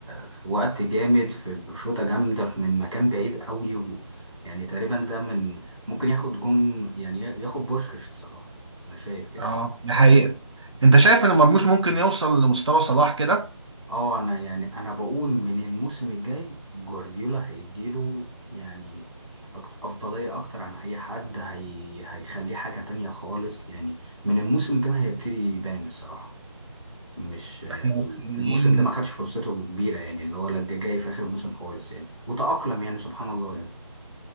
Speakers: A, in the centre; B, on the right (about 60°).
A: في وقت جامد في بشوطة جامدة في- من مكان بعيد قوي و يعني تقريبا ده من ممكن ياخد جون يعني ياخد بوشكاش الصراحة يعني. انا شايف كده
B: اه
A: يعني.
B: دي حقيقة انت شايف ان مرموش ممكن يوصل لمستوى صلاح كده
A: اه انا يعني انا بقول من الموسم الجاي جوارديولا هيديله يعني أكت- افضليه اكتر عن اي حد هي هيخليه حاجه تانية خالص يعني من الموسم الجاي هيبتدي يبان الصراحه مش آه،
B: احنا
A: ال-
B: مستنيين
A: الموسم ده ما خدش فرصته كبيره يعني اللي هو لا جا- جاي في اخر الموسم خالص يعني وتأقلم يعني سبحان الله يعني